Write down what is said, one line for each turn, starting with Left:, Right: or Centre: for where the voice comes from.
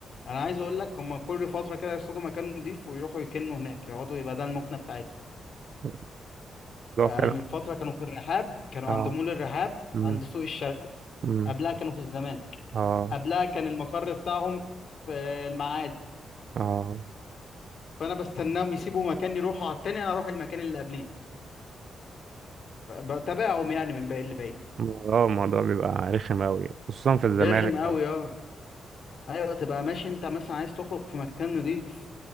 Left: انا عايز اقول لك هم كل فترة كده يصطادوا مكان نضيف ويروحوا يكنوا هناك يقعدوا يبقى ده المكنة بتاعتهم
Right: <laughs> الموضوع
Left: يعني
Right: فعلا
Left: من فترة كانوا في الرحاب كانوا
Right: اه
Left: عند مول الرحاب
Right: امم
Left: عند سوق الشرق
Right: امم
Left: قبلها كانوا في الزمالك
Right: اه
Left: قبلها كان المقر بتاعهم في المعادي
Right: اه
Left: فأنا بستناهم يسيبوا مكان يروحوا على التاني أنا أروح المكان اللي قبليه بتابعهم يعني من بعيد لبعيد
Right: الموضوع الموضوع بيبقى رخم أوي خصوصا في الزمالك
Left: رخم أوي
Right: بقى
Left: أه أيوة تبقى ماشي أنت مثلا عايز تخرج في مكان نضيف